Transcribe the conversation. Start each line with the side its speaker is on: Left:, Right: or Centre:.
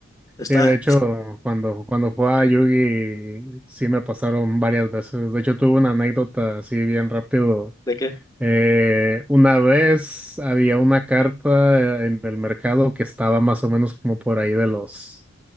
Left: Está.
Centre: Sí, de hecho, cuando, cuando jugaba Yugi, sí me pasaron varias veces. De hecho, tuve una anécdota así bien rápido.
Left: ¿De qué?
Centre: Eh, una vez había una carta en el mercado que estaba más o menos como por ahí de los,